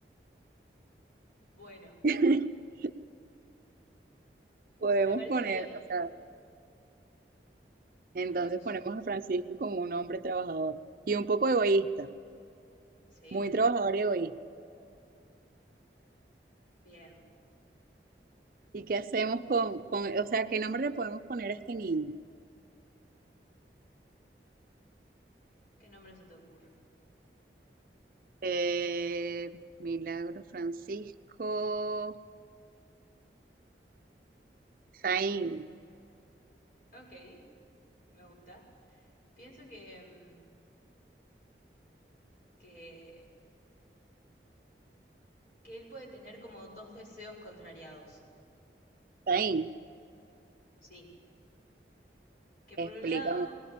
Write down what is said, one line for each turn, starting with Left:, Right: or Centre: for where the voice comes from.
Left: Bueno,
Right: <laughs> Podemos
Left: me parece
Right: poner,
Left: bien.
Right: o sea, entonces
Left: Como que es-
Right: ponemos a Francisco como un hombre trabajador y un poco egoísta,
Left: Sí,
Right: muy trabajador y egoísta.
Left: bien.
Right: ¿Y qué hacemos con, con, o sea, qué nombre le podemos poner a este niño?
Left: ¿Qué nombre se te ocurre?
Right: Eh, Milagro Francisco Zain.
Left: Ok, me gusta. Pienso que, em, que, que él puede tener como dos deseos contrariados.
Right: Zain,
Left: Sí. Que
Right: explícame
Left: por un lado,